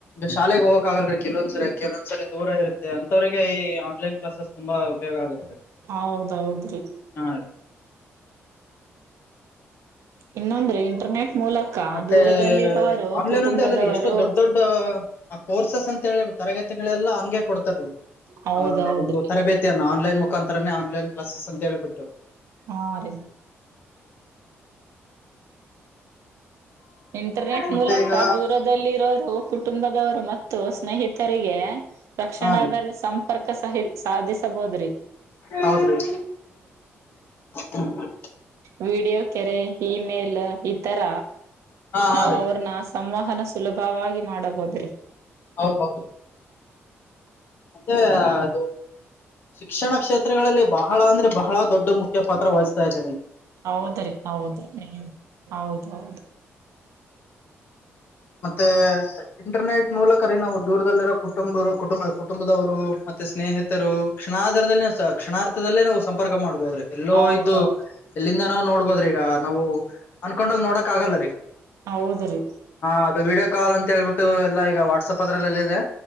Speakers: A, on the left; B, on the right.
A: ಶಾಲೆಗೆ ಹೋಗಕಕ್ ಆಗಲ್ರೀ ಕೆಲವೊಂದ್ಸರಿ ಕೆಲವೊಂದ್ಸರಿ ದೂರ ಇರುತ್ತೆ ಅಂತವ್ರಿಗೆ ಈ ಆನ್ಲೈನ್ ಕ್ಲಾಸಸ್ ತುಂಬಾ ಉಪಯೋಗ ಆಗುತ್ತೆ.
B: ಹ ಹೌದೌದ್ರಿ.
A: ರೀ
B: ಇನ್ನೊಂದ್ರೆ ಇಂಟರ್ನೆಟ್. ಮೂಲಕ
A: ಮತ್ತೆ
B: ದೂರದಲ್ಲಿರೋವರು
A: ಆನ್ಲೈನ್
B: ಕುಟುಂಬದವರು.
A: ಒಂದೇ ಅಲ್ಲರಿ ಎಷ್ಟೋ ದೊಡ್ಡ ದೊಡ್ಡ ಆ ಕೋರ್ಸಸ್ ಅಂತ ಹೇಳಿ ತರಗತಿಗಳೆಲ್ಲಾ ಹಂಗೆ ಕೊಡ್ತದವಿ ರಿ.
B: ಹೌದೌದ್ರಿ
A: ಹ ಒಂದು ತರ ಬೇತಿ ಅನ್ನ ಆನ್ಲೈನ್. ಮುಖಾಂತರನ ಆನ್ಲೈನ್ ಕ್ಲಾಸಸ್ ಅಂತೇಳ್ಬಿಟ್ಟು.
B: ಹಾ ರಿ. ಇಂಟರ್ನೆಟ್
A: ಮತ್ತೆ
B: ಮೂಲಕ
A: ಈಗ
B: ದೂರದಲ್ಲಿ ಇರೋರು ಕುಟುಂಬದವರು ಮತ್ತೆ. ಸ್ನೇಹಿತರಿಗೆ. ರಕ್ಷಣದಲ್ಲಿ
A: ಹಾ ರೀ
B: ಸಂಪರ್ಕ. ಸಂಪರ್ಕ ಸಹಿ ಸಾಧಿಸಬೋದ್ರಿ.
A: ಹೌದ್ರೀ ಹಾ
B: ವಿೀಡಿಯೋ ಕೆರೆ ಇಮೇಲ್ ಈಥರ
A: ಹಾ
B: ನಾ
A: ಹಾ ರೀ
B: ಅವ್ರ ನಾಸ್ತಿ ಸಂವಹನ ಸುಲಭವಾಗಿ ಮಾಡಬೋದ್ರಿ
A: ಹೌದ್ ಹೌದು ಮತ್ತೆ ಅದು ಶಿಕ್ಷಣ ಕ್ಷೇತ್ರಗಳಲ್ಲಿ ಬಹಳ ಅಂದ್ರೆ ಬಹಳ ದೊಡ್ಡ ಮುಖ್ಯ ಪಾತ್ರ ವಹಿಸ್ತಾ ಇದೆ
B: ಹೌದ್ರೀ ಹೌದರಿ ಹೌದೌದು
A: ಮತ್ತೆ ಇಂಟರ್ನೆಟ್ ಮೂಲಕ ರಿ ನಾವು ದೂರದಲ್ಲಿರೋ ಕುಟುಂಬ ಕುಟುಂಬ ಕುಟುಂಬದವರು ಮತ್ತೆ ಸ್ನೇಹಿತರು ಕ್ಷಣಾಧಾರದಲ್ಲಿ ಕ್ಷಣಾರ್ಥದಲ್ಲೇ ನಾವು ಸಂಪರ್ಕ ಮಾಡ್ಬೋದ್ರೀ ಎಲ್ಲೋ
B: ಹೌದೌ
A: ಆಯ್ತು ಎಲ್ಲಿಂದ ನಾವವು ನೋಡ್ಬೋದ್ರಿ ಈಗ ನಾವು ಅನ್ಕೊಂಡೋಗ್ ನೋಡಕ್ ಆಗಲ್ಲರಿ
B: ಹೌದ್ರಿ
A: ಅದು ವ ವಿಡಿಯೋ ಕಾ ಅಂತೇಳ್ಬಿಟ್ಟು ಎಲ್ಲ ಈಗ ವಾಟ್ಸಆಪ್ ಅದ್ರಲ್ಲ ಇದೆ